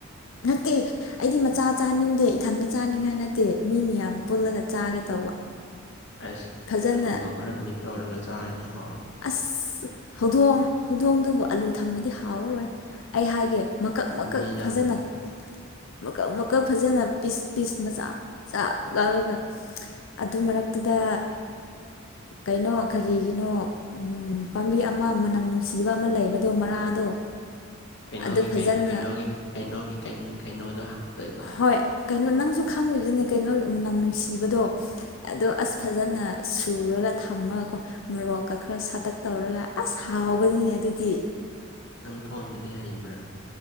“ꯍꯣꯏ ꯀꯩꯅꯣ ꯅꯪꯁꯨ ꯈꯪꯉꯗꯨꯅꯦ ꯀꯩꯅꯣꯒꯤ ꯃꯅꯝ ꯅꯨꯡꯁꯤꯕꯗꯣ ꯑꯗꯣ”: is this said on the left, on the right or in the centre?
Left